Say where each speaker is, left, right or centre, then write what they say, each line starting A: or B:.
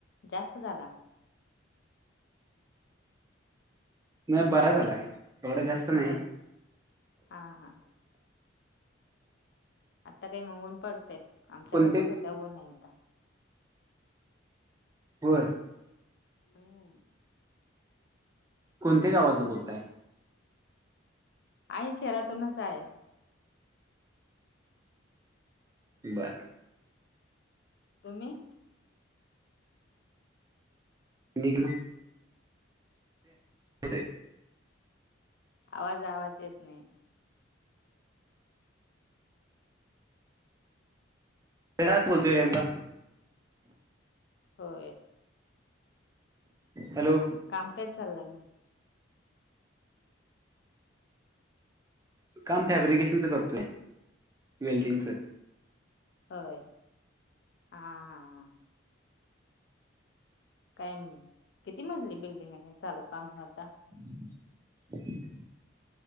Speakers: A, on the left (about 55°); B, on the right (about 15°).
A: जास्त झाला
B: नाही बरा झालाय एवढं जास्त नाही
A: हो हा हा आता काही मग ऊन पडतेय आमच्याकडता
B: कोणते
A: सध्या ऊन नाही होता
B: होय
A: हम्
B: कोणत्या गावातन बोलताय
A: आहेई शहरातूनच आहे
B: बार
A: तुम्ही
B: नक ना हो
A: आवाज आवाज येत नाही
B: तेरात बोलतोय रेंदा
A: हो
B: हॅलो
A: काम काही चाललंय म
B: काम फॅब्रिकेशनचं करतोय वेल्डिंगचं
A: होय हा काय किती मजली बिल्डिंग आहे चालू काम आता
B: <inaudible>